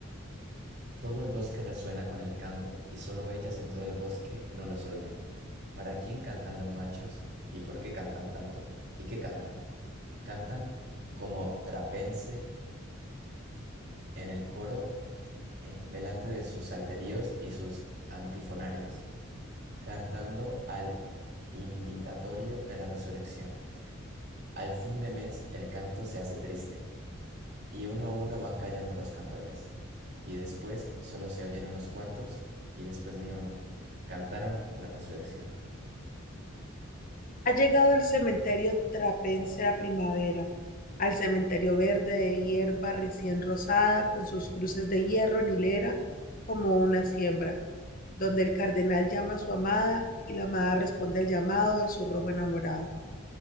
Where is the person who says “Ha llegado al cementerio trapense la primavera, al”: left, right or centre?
Left